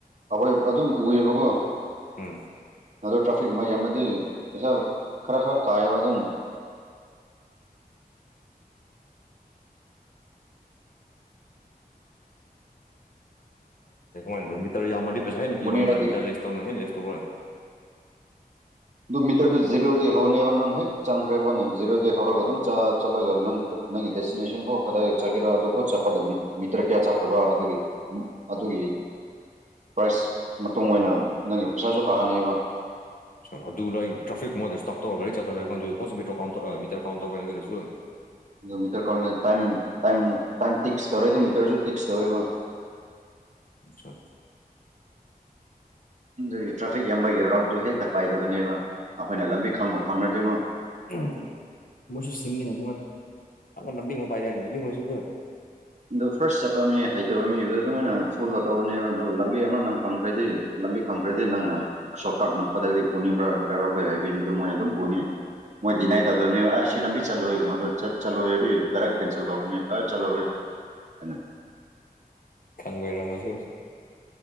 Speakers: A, on the right (about 45°); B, on the left (about 60°).
A: ꯑꯩꯈꯣꯏ ꯑꯗꯨꯝ ꯎꯑꯕꯀꯣ
B: ꯎꯝ
A: ꯑꯗꯨ ꯇ꯭ꯔꯥꯐꯤꯛ ꯃꯩ ꯑꯃꯗꯤ ꯄꯩꯁꯥ ꯈꯔ ꯈꯔ ꯀꯥꯏꯑꯕ ꯑꯗꯨꯪ
B: ꯩꯅ ꯃꯤꯇꯔ ꯌꯥꯝꯃꯗꯤ ꯄꯩꯁꯥ ꯍꯥꯏꯅ ꯄꯤꯕ
A: ꯕꯣꯅꯦꯔꯗꯒꯤ
B: ꯅꯠꯇ꯭ꯔꯥ ꯃꯤꯇꯔ ꯂꯤꯁ ꯇꯧꯅ ꯍꯥꯏꯁ ꯇ
A: ꯑꯗꯨ ꯃꯤꯇꯔꯗꯨ ꯖꯤꯔꯣꯗꯒꯤꯩ ꯍꯧꯅꯦꯕ ꯅꯪ ꯍꯦꯛ ꯆꯪꯈ꯭ꯔꯦꯕ ꯀꯥꯟꯗꯪ ꯖꯤꯔꯣꯗꯒꯤꯩ ꯍꯧꯔꯒ ꯑꯗꯨꯝ ꯆ ꯆꯠꯂꯒ ꯅꯪ ꯅꯪꯒꯤ ꯗꯦꯁꯇꯤꯅꯦꯁꯟ ꯐꯥꯎ ꯀꯗꯥꯏ ꯆꯠꯔꯥ ꯑꯗꯨꯐꯥꯎ ꯆꯠꯄꯗ ꯃꯤꯇꯔ ꯀꯌꯥ ꯆꯠꯈ꯭ꯔꯕ ꯑꯗꯨꯒꯤ ꯑꯗꯨꯒꯤ ꯄ꯭ꯔꯥꯏꯁ ꯃꯇꯨꯡ ꯑꯣꯏꯅ ꯅꯪꯒꯤ ꯄꯩꯁꯥꯁꯨ ꯀꯛꯑꯅꯦꯕ
B: ꯑ ꯑꯗꯨ ꯂꯥꯏ ꯇ꯭ꯔꯥꯐꯤꯛꯀꯨꯝꯕꯗꯁꯨ ꯇꯞ ꯇꯧꯔ ꯒꯥꯔꯤ ꯆꯠꯠꯇꯔꯣꯏꯕꯣ ꯑꯗꯨ ꯄꯣꯠꯁꯨ ꯃꯤꯇꯔ ꯀꯥꯎꯟ ꯃꯤꯇꯔ ꯀꯥꯎꯟ ꯇꯧꯒꯦ ꯑꯗꯨꯗꯁꯨ
A: ꯑꯗꯨ ꯃꯤꯇꯔ ꯀꯔꯝꯗ ꯇꯥꯏꯝ ꯇꯥꯏꯝ ꯇꯥꯏꯝ ꯇꯤꯛꯁ ꯇꯧꯔꯗꯤ ꯃꯤꯇꯔꯁꯨ ꯇꯤꯛꯁ ꯇꯧꯋꯦꯕ
B: ꯑꯆꯥ
A: ꯑꯗꯨꯒꯤ ꯇ꯭ꯔꯥꯐꯤꯛ ꯌꯥꯝꯕꯩꯒꯤ ꯔꯠꯇꯣ ꯍꯦꯛꯇ ꯄꯥꯏꯗꯕꯅꯦꯕ ꯑꯩꯈꯣꯏꯅ ꯂꯝꯕꯤ ꯈꯪꯕ ꯈꯪꯅꯗꯤꯕꯨ
B: ꯎꯗ ꯃꯣꯏꯁꯨ ꯁꯤꯁꯤꯡ ꯅ ꯂꯝ ꯂꯝ ꯄꯥꯏ ꯃꯣꯏ ꯀ
A: ꯑꯗꯨ ꯐꯥꯔꯁ ꯆꯠꯄ ꯃꯤ ꯍꯩꯇꯕ ꯃꯤꯗꯨꯗ ꯑꯗꯨꯃꯥꯏꯅ ꯐꯨꯜꯗ ꯇꯧꯕꯅꯦꯕ ꯑꯗꯨ ꯂꯝꯕꯤ ꯑꯃ ꯅꯪ ꯈꯪꯈ꯭ꯔꯗꯤ ꯈꯕꯤ ꯈꯪꯈ꯭ꯔꯗꯤ ꯅꯪꯅ ꯁꯣꯔꯠꯀꯥꯠꯅ ꯈꯛꯇꯗꯤ ꯄꯨꯅꯤꯡꯕ꯭ꯔꯥ ꯗ꯭ꯔꯥꯏꯚꯔ ꯑꯩꯈꯣꯏ ꯍꯥꯏꯕꯤꯅꯤ ꯑꯗꯨ ꯃꯣꯏꯅ ꯑꯗꯨꯝ ꯄꯨꯅꯤ ꯃꯣꯏ ꯗꯤꯅꯥꯏ ꯇꯧꯗꯣꯏꯅꯤ ꯑ ꯁꯤ ꯂꯝꯕꯤ ꯆꯠꯂꯨꯔꯣꯏꯦꯨꯝꯕꯗ ꯆꯠ ꯆꯠꯂꯨꯔꯦꯗꯤ ꯗꯥꯔꯛ ꯀꯦꯟꯁꯦꯜ ꯇꯧꯔꯅꯤ ꯑ ꯆꯠꯂꯨꯔꯣꯏ ꯍꯅ
B: ꯁꯪꯕꯩꯔꯃꯣꯁꯨ